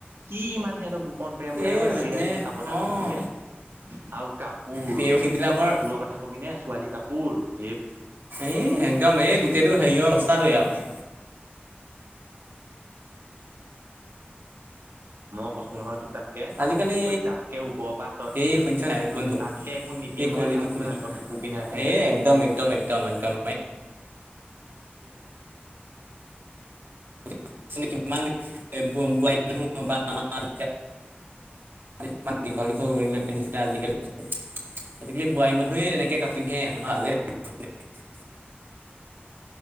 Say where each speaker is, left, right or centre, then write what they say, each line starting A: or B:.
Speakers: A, on the right (about 80°); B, on the right (about 60°).
A: কি ইমান সিহঁতৰ গোপন প্ৰেম ওলাই
B: এই
A: আৰু ৰাতি-ৰাতি
B: মানে
A: সাবতা-সাবটিকে।
B: অঁ
A: আৰু কাপোৰ
B: প্ৰেয়সীবিলাকৰ
A: তই কাপোৰৰ কথা কবিনে ছোৱালী কাপোৰ সেই
B: এ একদম এই গোটেইটো হেৰিয়ৰ অৱস্থাটোৱেই আৰু
A: মই কৈছো নহয় তোক তাক কে
B: আজিকালি
A: ঐ তাতকে ওপৰৰ পৰা
B: এই শুনিছ নাই বন্ধু
A: তাতকে একো নিপিন্ধাই
B: এই কলি
A: ভাল
B: যুগ
A: যিমান
B: মানে
A: কন কাপোৰ পিন্ধাই সিহঁতে
B: এই একদম-একদম-একদম-একদম। <unintelligible> এ বোৱাৰী মানুহ বা আমাৰ ইমান দীঘল-দীঘল উৰণি লৈ পিন্ধিছিলে আজিকালি আজিকালি বোৱাৰী মানুহে তেনেকে কাপোৰ নিপিন্ধে আমাৰ <unintelligible>
A: <inaudible>